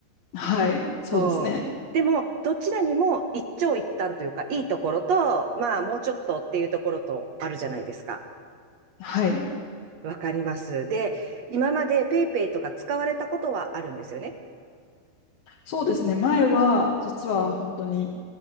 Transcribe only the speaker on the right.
そう。でも、どちらにも一長一短というか、いいところと、まあ、もうちょっとっていうところとあるじゃないですか。
わかります。で、今までペイペイとか使われたことはあるんですよね。